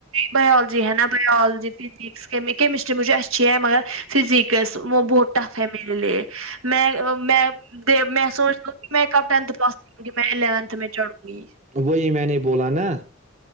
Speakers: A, on the right; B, on the right.
A: باولوجی ہے نا باالوجی کیمسٹری مجھے اچھی ہے مگر فزکس وہ بہت ٹف ہے میرے لیے میں میں میں سوچ د میں کب پاس کروں گی میں اونھ میں چڑوں گی
B: وہی میں نے بولا نا